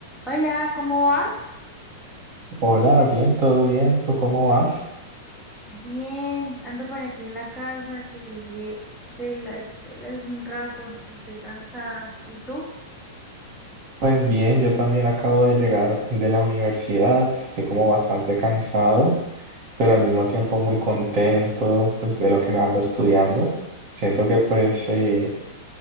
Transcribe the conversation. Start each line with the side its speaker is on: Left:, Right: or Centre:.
Centre: Hola, ¿cómo vas?
Right: Hola, bien, todo bien, ¿tú cómo vas?
Centre: Bien, ando por aquí en la casa que llegué de la escuela hace un rato. Estoy cansada. ¿Y tú?
Right: Pues bien, yo también acabo de llegar de la universidad, estoy como bastante cansado, pero al mismo tiempo muy contento pues de lo que ando estudiando. Siento que pues eh,